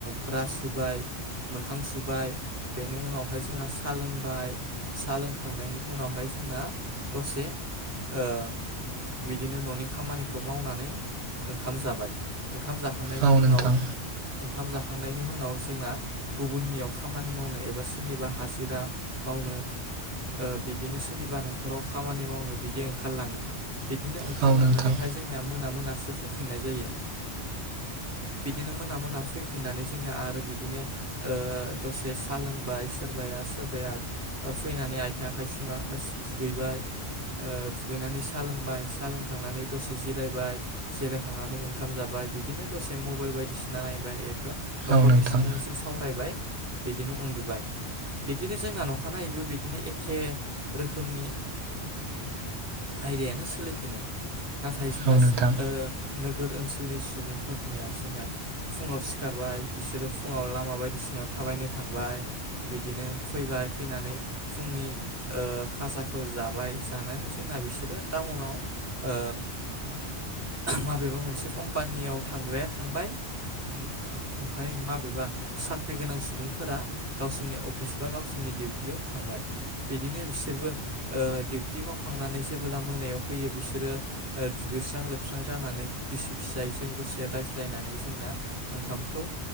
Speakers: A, on the right; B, on the right.
A: ब्रास हुबाय मोखां सुबाय बेनि उनावहाय जोंहा साहा लोंबाय साहा लोंखांनायनि उनावहाय जोंना दसे ओ बिदिनो न'नि खामानिखौ मावनानै ओंखाम जाबाय। ओंखाम जाखांनायनि
B: औ नोंथां
A: उनाव ओंखाम जाखांनायनि उनाव जोंना गुबुननियाव खामानि मावनो एबा सोरनिबा हाजिरा मावनो ओ बिदिनो सोरनिबा न'खराव खामानि मावनो बिदि ओंखारलाङो। बिदिनो ओंखारलांनानैहाय
B: औ नोंथां
A: जोंनिया मोना मोना। सो फौफिननाय बिदिनो मोना मोना फौफिननानै जोंना आरो बिदिनो ओ दसे साहा लोंबाय सोरबाया सोरबाया फैनानै आथिं आखाय सु <unintelligible> दुगैबाय ओ दुगैनानै साहा लोंबाय साहा लोंखांनानै दसे जिरायबाय जिरायखांनानै ओंखाम जाबाय बिदिनो दसे मबाइल बायदिसिना नायबाय न'खरनि
B: औ नोंथां
A: सुबुंजों सावरायबाय। बिदिनो उन्दुबाय बिदिनो जोंना अखानायैबो बिदिनो एखे रोखोमनि आयदायानो सोलिफिनो नाथाय जोंना
B: औ नोंथां
A: ओ नोगोर ओनसो स्कुलनि सुबुंफोरनिया जोंना फुंङाव सिखारबाय बिसोरो फुंङाव लामा बायदिसिनायाव थाबायनो थांबाय बिदिनो फैबाय फैनानै फुंनि ओ खाजाखौ जाबाय जानानै जोंना बिसोरो टाउनाव ओ माबेबा मोनसे कम्पानियाव थांग्राया थांबाय ओमफाय माबेबा साख्रि गोनां सुबुंफोरा गावसोरनि अफिस बा गावसोरनि डिउटियाव थांबाय। बिदिनो बिसोरबो ओ डिउटि मावखांनानै जेबोब्ला मोनायाव फैयो बिसोरो ओ दुगैस्रां लोबस्रां जानानै बिसि फिसाय जों दसे रायज्लायनानै जोंना ओंखामखौ